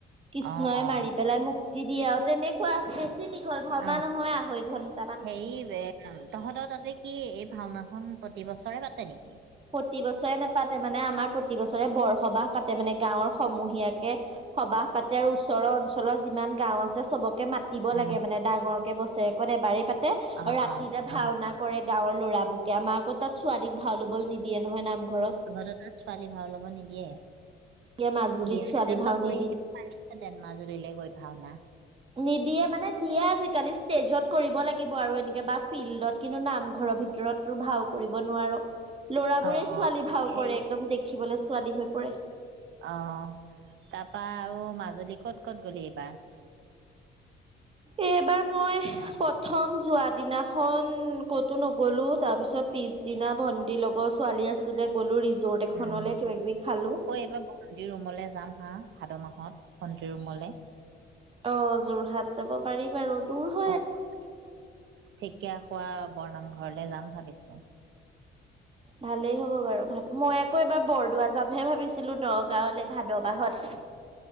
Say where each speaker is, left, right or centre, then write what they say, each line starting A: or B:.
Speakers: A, on the right (about 30°); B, on the right (about 70°).
A: কৃষ্ণই
B: অ', অ'।
A: মাৰি পেলাই মুক্তি দিয়ে আঔ তেনেক কোৱা বেছি দীঘল ভাওনা
B: অ',
A: নহয় আঢ়ৈ ঘণ্ট-
B: হেৰি এ তহঁতৰ তাতে কি এই ভাওনাখন প্ৰতি বছৰে পাতে নেকি?
A: প্ৰতি বছয়ে নেপাতে মানে আমাৰ প্ৰতি বছৰে বৰসবাহ পাতে মানে গাঁওৰ সমূহীয়াকে সবাহ পাতে আৰু ওচৰৰ অঞ্চলৰ যিমান গাওঁ আছে চবক- কে মাতিব
B: উম,
A: লাগে মানে ডাঙৰ কে বছেৰেকত এবাৰেই পাতে
B: অ',
A: আৰু ৰাতিলে
B: অ',
A: ভাওনা
B: অ',
A: কৰে গাঁৱৰ ল'ৰাবুকে আমাৰ আকৌ তাত ছোৱালীক ভাও লবল নিদিয়ে নহয় নামঘৰত।
B: তহঁত তাত ছোৱালী ভাও ল'ব নিদিয়ে?
A: দিয়ে মাজুলীত
B: দিয়াহেতেন'ত
A: ছোৱালী ভাও
B: কৰি
A: নিদিয়ে
B: আহি পাই হেতেন মাজুলীলে গৈ ভাওনা
A: নিদিয়ে মানে দিয়ে আজিকালি ষ্টেজত কৰিব লাগিব আৰু এনেকে বা ফিল্ডত কিন্তু নামঘ'ৰ ভিতৰত টো ভাও কৰিব নোৱাৰো। লৰাবোৰে
B: অ',
A: ছোৱালী
B: অ',
A: ভাও
B: হেৰি
A: কৰে একদম দেখিবলে ছোৱালী হৈ পৰে।
B: অ' তাৰপা আৰু মাজুলী ক'ত ক'ত গ'লি এইবাৰ?
A: এইবাৰ মই প্ৰথম যোৱা দিনাখন ক'তো নগলো তাৰ পিছত পিছ দিনা ভন্টিৰ লগৰ ছোৱালী আছিলে গ'লো ৰিজৰ্ট এখনলে
B: উম।
A: কিবা-কিবি খালোঁ।
B: অ এইবাৰ আজি ৰুমলৈ যাম হাঁ ভাদ মাহত ভণ্টিৰ ৰুমলে
A: অ' যোৰহাট যাব পাৰি বাৰু দূৰ হ
B: অ' থেকিয়াখোৱা বৰনাম ঘৰলে যাম ভাবিছোঁ।
A: ভালেই হ'ব বাৰু ভাত মই আকৌ এবাৰ বৰদোৱা যামহে ভাবিছিলো নগাঁওলে ভাদবাহত